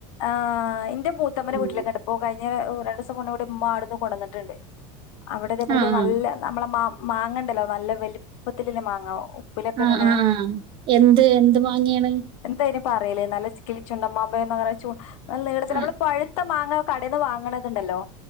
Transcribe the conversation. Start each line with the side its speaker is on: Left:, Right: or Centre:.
Left: ആഹ് ഇന്റെ മൂത്തമ്മന്റെ
Right: ഉം
Left: വീട്ടിലൊക്കെണ്ട് ഇപ്പൊ കാഴ് ഞ്ഞ രണ്ടു ദിവസം കൊണ്ട് ഇമ്മ അവ്ട്ന്ന് കൊണ്ടന്ന്ട്ട്ണ്ട്. അവടെ ഇതേ പോലെ
Right: ആഹ്
Left: നല്ല നമ്മളെ മാ മാങ്ങണ്ടല്ലോ നല്ല വലിപ്പത്തിലില്ല മാങ്ങ ഉപ്പിലൊക്കെ
Right: ആഹ്
Left: ഇടണേ
Right: ആഹ് ആഹ്, എന്ത് എന്ത് മാങ്ങേണേ
Left: എന്തായിന് പറയല് നല്ല ചി കിളിച്ചുണ്ടൻ മാമ്പഴം എന്ന് പറയ്ന്ന ചു നല്ല നീളത്തില് നമ്മളെ
Right: ആഹ്
Left: പഴ ഴുത്ത മാങ്ങ കടേന്ന് വാങ്ങ്ണത്ണ്ടല്ലോ